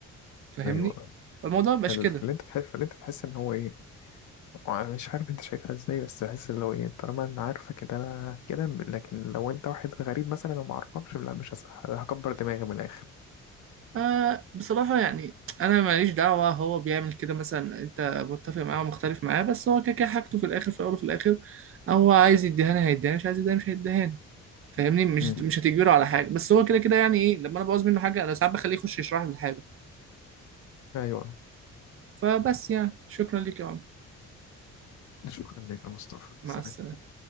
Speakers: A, on the right; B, on the left.
A: فاهمني
B: ايوه
A: فالموضوع مبقاش
B: فال-
A: كده
B: فاللي انت تحس فاللي انت تحس ان هو ايه وانا مش عارف انت شايفها ازاي بس بحس اللي هو ايه طالما انا عارفه كده انا كده لكن لو انت واحد غريب مثلا وما اعرفكش لا مش هس- هكبر دماغي من الاخر
A: آه بصراحة يعني أنا ماليش دعوة هو بيعمل كده مثلا أنت متفق معاه ومختلف معاه بس هو كده كده حاجته في الآخر في الأول وفي الآخر هو عايز يديهاني هيديهاني مش عايز يديهاني مش هيديهاني فاهمني مش
B: مم.
A: مش هتجبره على حاجة بس هو كده كده يعني إيه لما أنا بعوز منه حاجة أنا ساعات بخليه يخش يشرح لي الحاجة
B: ايوه
A: فبس يعني شكرا ليك يا عمرو
B: شكرا لك يا مصطفى
A: مع
B: سلام
A: السلامة